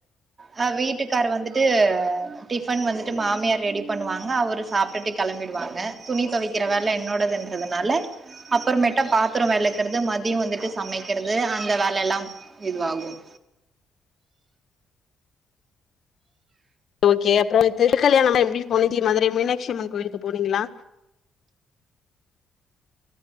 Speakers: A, on the right; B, on the left.
A: ஹ வீட்டுக்கார் வந்துட்டு டிஃபன் வந்துட்டு மாமியார் ரெடி பண்ணுவாங்க அவரு சாப்பிட்டுட்டு கெளம்பிடுவாங்க துணி தொவைக்கிற வேல என்னோடது இதனால அப்பறமேட்டா பாத்தரோ வெளக்குறது மதிய வந்துட்டு சமைக்கிறது அந்த வேல எல்லாம் இதுவாகும்
B: ஓகே அப்றோ இது திருக்கல்யாண நம்ம எப்டி <unintelligible> மதுரை மீனாட்சியம்மன் கோயிலுக்கு போனீங்களா